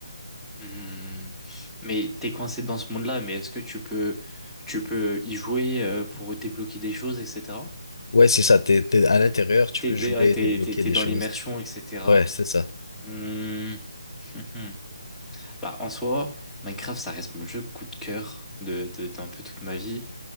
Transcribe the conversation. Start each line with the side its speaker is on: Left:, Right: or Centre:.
Centre: Hmm. Mais t'es coincé dans ce monde-là, mais est-ce que tu peux, tu peux y jouer euh, pour débloquer des choses, etc.
Left: Ouais, c'est ça. T'es, t'es à l'intérieur, tu
Centre: T'es,
Left: peux
Centre: dé-
Left: jouer,
Centre: ouais, t'es,
Left: débloquer
Centre: t'es, t'es
Left: des
Centre: dans
Left: choses.
Centre: l'immersion, etc.
Left: Ouais, c'est ça.
Centre: Hmm. <laughs> Bah, en soi, Minecraft, ça reste mon jeu coup de cœur de, de, d'un peu toute ma vie.